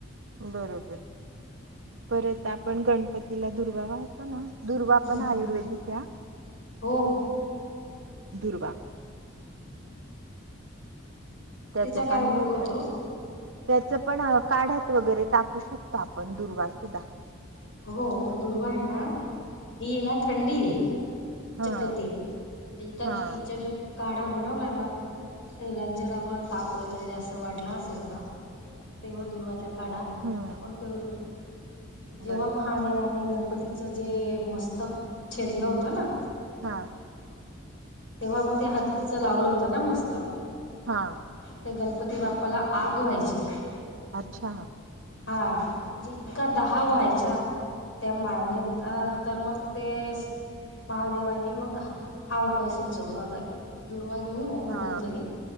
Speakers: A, on the right; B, on the left.
A: बरोबर, परत आपण गणपतीला दुर्वा वाहतो ना. दुर्वा
B: हम्म
A: पन आयुर्वेदिके आं.
B: हो. हम्म.
A: दुर्वा.
B: हम्म हम्म. मग
A: त्याच
B: तिचा काय
A: पण
B: उपयोग
A: महत्वये,
B: होतो
A: त्या चेपण काढ्यात वगैरे टाकू शकतो आपण दुर्वा सुद्धा.
B: हो, मग दुर्वाये ना,, ही ना थंडी ये. हिच्या
A: हा
B: प्रती <unintelligible>
A: हा
B: हिच्या ज्या काढा बनवला ना, शरीरात जर आपला ताप वगैरे जास्त वाढला असेल ना तेव्हा दुर्वाचा काढा
A: हम्म
B: आपण पिऊू शकतो, जेव्हा
A: बरोबर
B: महादेवाने गण पतीचं जे मस्तक छेदलं होतं ना
A: हां.
B: तेव्हा मग ते हत्तीचं लावलं होतं ना मस्तक,
A: हा
B: म ते गणपती ती बाप्पाला आग व्हायची.
A: अच्छा.
B: हा म्हणजे इतका दहा व्हायचा, त्या माळणीत अ तर मग तेस महादेवानी मग हा उपाय सुचवला होता की तुम्ही दुर्वा घेऊन या कुठून
A: हा
B: तरी,